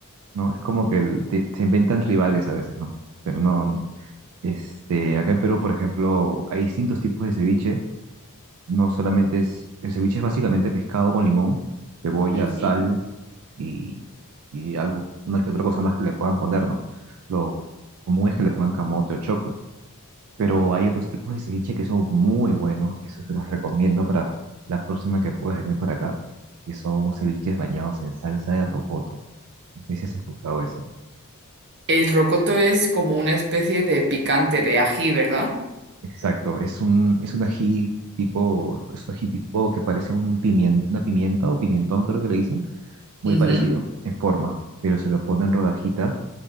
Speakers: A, on the right; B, on the right.
A: ¿no? Es como que el- te- se inventan rivales a veces, ¿no? Pero no, este, acá en Perú, por ejemplo, hay distintos tipos de ceviche No solamente es, el ceviche es básicamente pescado con limón, cebolla,
B: Ujú.
A: sal y, y algo, una que otra cosa más que le puedan poner, ¿no? Lo común es que le pongan camote o choclo, pero hay otros tipos de ceviche que son muy buenos, que eso te los recomiendo para la próxima que puedas venir para acá, que son ceviches bañados en salsa de rocoto. No sé si has escuchado eso.
B: El rocoto es como una especie de picante de ají, ¿verdad?
A: Exacto, es un, es un ají tipo, es un ají tipo que parece un pimien- una pimienta o pimentón, creo que le dicen muy
B: Ujú.
A: parecido en forma, pero se lo ponen rodajitas